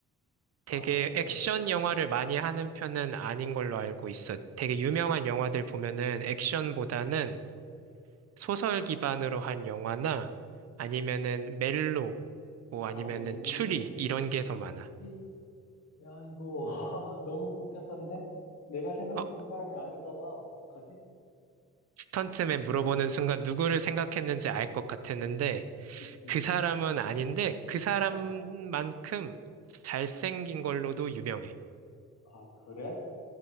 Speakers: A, on the right (about 55°); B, on the left (about 55°).
A: 되게
B: 아, 그래?
A: 액션 영화를 많이 하는 편은 아닌 걸로 알고 있어. 되게 유명한 영화들 보면은 액션보다는 소설 기반으로 한 영화나 아니면은 멜로, 뭐 아니면은
B: 아, 멜로?
A: 추리 이런 게 더 많아.
B: 프리? 야, 이거, <laughs> 아, 너무 복잡한데? 내가 생각했던
A: 어,
B: 사람이 아닌가 봐. 어떡하지?
A: 스턴트맨 물어보는 순간 누구를 생각했는지 알 것 같았는데
B: 그치.
A: 그 사람은 아닌데 그 사람만큼
B: 어,
A: 잘생긴 걸로도 유명해.
B: 아, 그래?